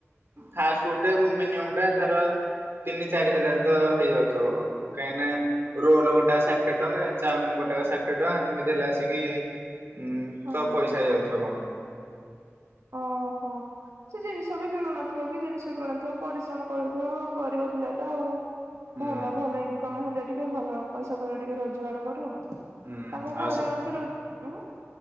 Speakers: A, on the right; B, on the right.
A: ଫାଷ୍ଟ ଫୁ ମିନିମ ଟା ତାର ତିନି ଚାରି ହଜାର ତ ହେଇଯାଉଥିବ। କାହିଁକିନା ରୋଲ ଗୋଟା ଷାଠିଏ ଟଙ୍କା ଚାଉମିନ ଗୋଟାକ ଷାଠିଏ ଟଙ୍କା ଏମିତି ହେଲେ ଆସିକି ଉଁ
B: ହଁ
A: ତ ପଇସା ହେଇଯାଉଥିବ।
B: ଓହୋ। ସେ ଜିନିଷ ବି କିଣୁ ନଥିବ। ଜିନିଷ କିଣୁଥିବ ପରିଶ୍ରମ କରୁଥିବ ଗରିବ ପିଲା ଟା ଆଉ।
A: ହୁଁ।
B: ଭଲ ଭଲ ଇନକମ ହେଲେ ଟିକେ ଟିକେ ଭଲ ପଇସା ପତର ଟିକେ ରୋଜଗାର କରୁ।
A: ହୁଁ
B: ତାଙ୍କ ଘରେ
A: ସ
B: ଆଉ କିଏ ରହୁ ଉଁ